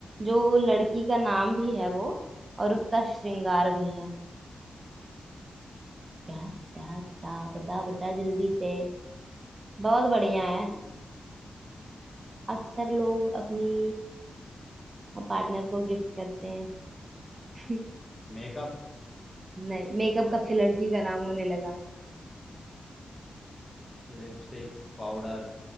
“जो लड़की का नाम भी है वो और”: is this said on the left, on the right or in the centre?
Right